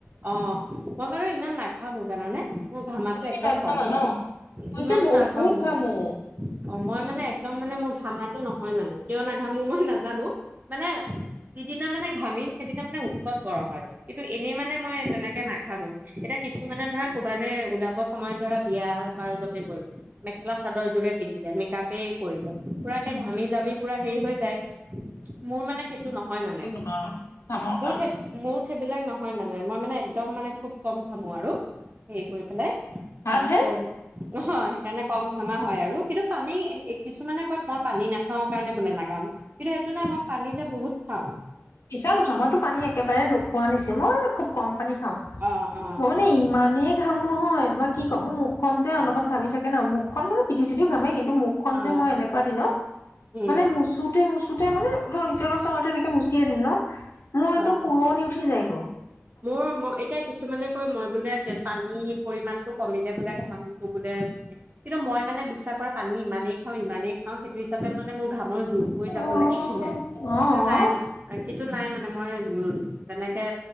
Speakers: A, on the right (about 40°); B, on the left (about 85°).
A: অ মই মানে ইমান নাঘামো জানা নে। মোৰ ঘামাটো
B: অ', তুমি
A: একদম
B: নাঘামা
A: কম হয়।
B: ন? মই
A: ইমান
B: যে বহুত
A: নাঘামো মই।
B: ঘামো।
A: অ, মই মানে একদম মানে মোৰ ঘামাটো নহয় মানে, কিয় নাঘামো মই নাজানোঁ। মানে যিদিনা মানে ঘামিম, সেইদিনা মানে উৎকট গৰম আৰু কিন্তু, এনেই মানে মই তেনেকে নাঘামো। এতিয়া কিছুমানে ধৰা কৰবালে ওলাব সময়ত ধৰা বিয়া বাৰু লৈকে গ'ল, মেখেলা চাদৰ যোৰে পিন্ধিলে। মেকআপে কৰিলে। পোৰা একে
B: উম,
A: ঘামি জামি পোৰা হেই হৈ যায়। মোৰ মানে সেইটো, নহয় মানে।
B: অ, কামৰ
A: মোৰ
B: কাৰণে।
A: সেই মোৰ সেইবিলাক নহয় মানে, মই মানে একদম মানে খুব কম ঘামো আৰু। হেই কৰি পেলে,
B: ভালহে
A: আকৌ, অহ সেইকাৰণে কম খানা হয় আৰু কিন্তু পানী, এ এ কিছুমানে কয় মই পানী নাখাওঁ কাৰণে বোলে নেকাম, কিন্তু সেইটো নয় মই পানী বহুত খাওঁ।
B: মিছাকথা। মইটো পানী একেবাৰে নোখোৱা নিচিনা। মইনো খুব কম পানী খাওঁ।
A: অ অ
B: মই মানে ইমানেই ঘামো নহয় তোমাক কি কম, মোৰ মুখখণ যে অনবৰত ঘামি থাকে ন, মুখখন মানে পিঠি-চিঠি ঘামেই। কিন্তু মুখখন
A: অ
B: যে মই এনেকোৱা দিনত,
A: উম
B: মানে মোচোতে মোচোতে মানে <unintelligible> নেকে মোচ। য় দিমনো? মো
A: অ
B: একদম পোৰনি উঠি যায়গ।
A: মোৰ ম এতিয়া কিছুমানে কয় মই বোলে কে পানীৰ পৰিমাণ তো কমিযায় বোলা দেখানি তোবোলে, কিন্তু মই মানে বিশ্বাস কৰা, পানী ইমানেই খাওঁ, ইমানেই খাওঁ সেইটো হিচাপে মানে মোৰ ঘামৰ উবৈ যাব
B: অ',
A: লাগিছিলে। কিটো নাই
B: অ',
A: মানে কিটো নাই মানে মই উম। তেনেকে